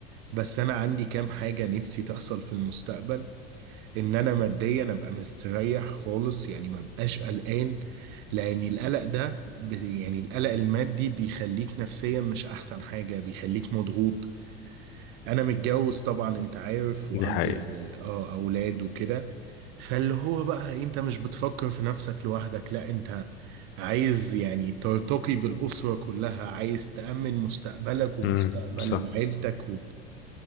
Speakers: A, on the right; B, on the left.
A: بس أنا عندي كام حاجة نفسي تحصل في المستقبل إن أنا ماديا أبقى مستريح خالص يعني ما بقاش قلقان لأن القلق ده ب... يعني القلق المادي بيخليك نفسيا مش أحسن حاجة بيخليك مضغوط انا متجوز طبعا انت عارف وعندي
B: دي حقيقة
A: اه اولاد وكده فاللي هو بقى انت مش بتفكر في نفسك لوحدك لا انت عايز يعني ترتقي بالاسره كلها عايز تامن مستقبلك ومستقبل
B: امم صح
A: عيلتك و...